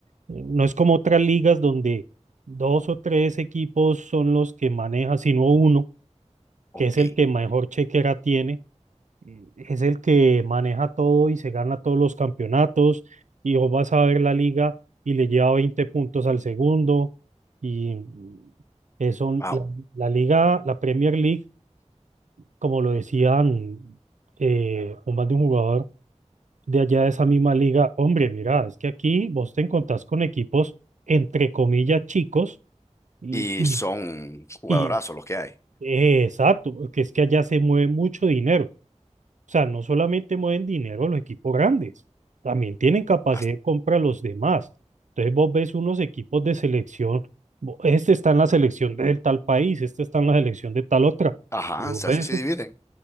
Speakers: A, on the right; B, on the left.
A: no es como otras ligas donde dos o tres equipos son los que maneja, sino uno,
B: Ok,
A: que es el que mejor chequera tiene eh, es el que maneja todo y se gana todos los campeonatos y vos vas a ver la liga y le lleva 20 puntos al segundo y eso,
B: wow.
A: la, la liga, la Premier League, como lo decían eh, un más de un jugador de allá de esa misma liga, hombre, mira, es que aquí vos te encontrás con equipos entre comillas chicos y,
B: Y
A: y,
B: son jugadorazos
A: y
B: los que hay.
A: eh, exacto, que es que allá se mueve mucho dinero. O sea, no solamente mueven dinero los equipos grandes, también tienen capacidad
B: Hasta-
A: de compra los demás. Entonces vos ves unos equipos de selección, bo- este está en la selección del tal país, este está en la selección de tal otra.
B: Ajá,
A: Y vos
B: o sea,
A: ves,
B: así se dividen.